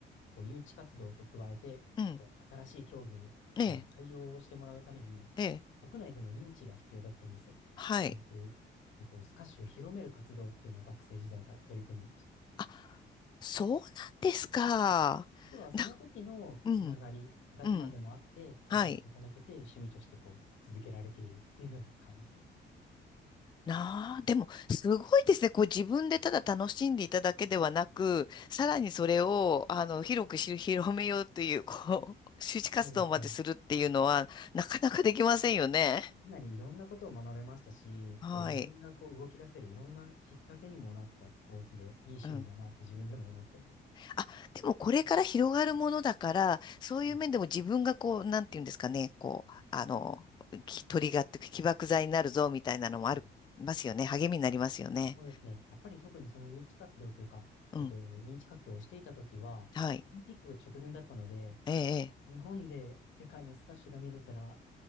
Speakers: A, on the left; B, on the left.
A: こう誘致活動と加えて、
B: うん。
A: こう新しい競技への対応をしてもらうために、
B: ええ、ええ、
A: 国内での認知が必要だったんです。
B: はい。
A: もうこうえっと、スカッシュを広める活動っていうのを学生時代から取り組んでました。
B: あ、そうなんですか。
A: 要はその時のつながりが今でもあって、
B: な、うん、うん。はい。
A: 誘っていただけて趣味としてこう続けられているっていう風な感じです。
B: なあ、でも、すごいですね。こう自分でただ楽しんでいただけではなく、さらにそれを、あの、広くし <laughs> 広めようという、こう、周知活動までするっていうのは、
A: そうですね。
B: なかなかできませんよね。
A: かなりいろんなことを学べましたし、
B: はい。
A: こう自分がこう動き出せるいろんなきっかけにもなったスポーツでいい趣味だなって自分でも思ってます。
B: うん。あ、でもこれから広がるものだから、そういう面でも自分がこう、
A: うん
B: なんていうんですかね、こう、あの、きトリガーっていうか起爆剤になるぞみたいなのもありますよね。
A: うん
B: 励みになりますよね。
A: そうですね。やっぱり特にその誘致活動というか、
B: うん。
A: えっと、認知活動をしていた時は、
B: はい。
A: オリンピックが直前だったので、
B: ええ、
A: 日本で世界のスカッシュが見れたら